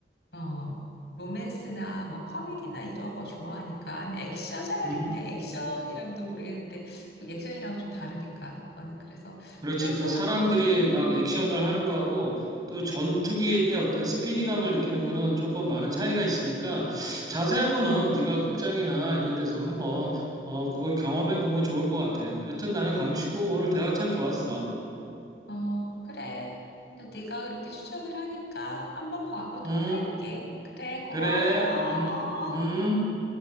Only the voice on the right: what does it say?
음.
그렇지.
또 사람들이
막 액션을 하는 거하고 또 전투기의 어떤 스피디감을 느끼는 거는 조금 많은 차이가 있으니까 자세한 거는 네가 극장이나 이런 데서 한번 어, 그걸 경험해 보면 좋을 것 같아. 여튼 나는 강추고 오늘 대화 참 좋았어.
음,
그래. 음, 음.